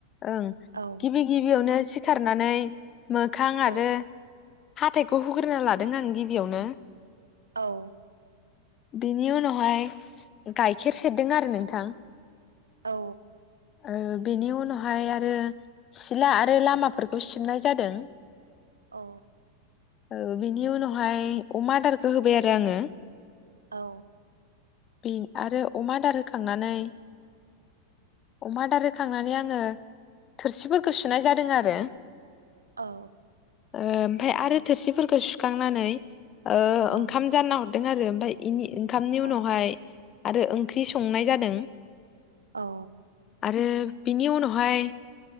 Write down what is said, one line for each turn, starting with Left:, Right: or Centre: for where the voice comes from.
Left: ओं
Right: औ
Left: गिबि गिबियावनो सि खारनानै मोखां
Right: औ
Left: आरो हाथाइखौ हुग्रोना लादों आं गिबियावनो।
Right: औ
Left: बिनि उनावहाय गाइखेर सेरदों आरो नोंथां।
Right: औ
Left: ओ बेनि उन नहाय आरो सिला आरो लामाफोरखौ सिबनाय जादों।
Right: औ
Left: ओ बिनि उनावहाय अमा आदारखौ होबाय आरो आंङो।
Right: औ
Left: बे आरो अमा आदार होखांनानै अमा आदार होखांनानै आंङो थोरसिफोरखौ सुनाय जादों आरो।
Right: औ
Left: ओमफाय आरो थोरसिफोरखौ सुखांनानै ओ
Right: औ
Left: ओंखाम जानना हर ओमफाय इनि ओंखामनि
Right: औ
Left: उनावहाय आरो ओं ओंख्रि संनाय जादों
Right: औ
Left: आरो बिनि उनावहाय